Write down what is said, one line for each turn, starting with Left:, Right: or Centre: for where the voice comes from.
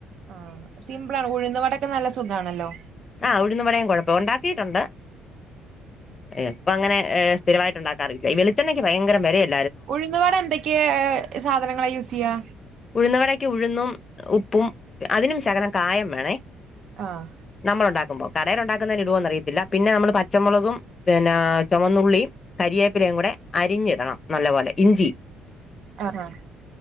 Right: ആഹ് സിമ്പിൾ ആണ്. ഉഴുന്നുവടയൊക്കെ നല്ല സുഖാണല്ലോ.
Left: ആഹ് ഉഴുന്നുവടേം കൊഴപ്പ ഉണ്ടാക്കിയിട്ടുണ്ട്. ഏഹ് ഇപ്പ അങ്ങനെ ഏഹ് സ്ഥിരമായിട്ടുണ്ടാക്കാറില്ല. ഈഹ് വെളിച്ചണ്ണയ്ക്ക് ഭയങ്കര വിലയല്ലെ.
Right: ഉഴുന്നുവട എന്തൊക്കേ സാധനങ്ങളാ യൂസ് ചെയ്യാ?
Left: ഉഴുന്നവടയ്ക്ക് ഉഴുന്നും ഉപ്പും അതിനും ശകലം കായം വേണേ.
Right: ആഹ്.
Left: നമ്മൾ ഉണ്ടാക്കുമ്പോ. കടയില് ഉണ്ടാക്കുന്നതില് ഇടുവോന്നറിയത്തില്ല. പിന്നെ നമ്മള് പ ച്ചമുളകും പിന്നെ ചുവന്നുള്ളിയും കരിവേപ്പിലേയും കൂടെ അരിഞ്ഞിടണം. നല്ല പോലെ ഇഞ്ചി
Right: ആഹ് ആഹ്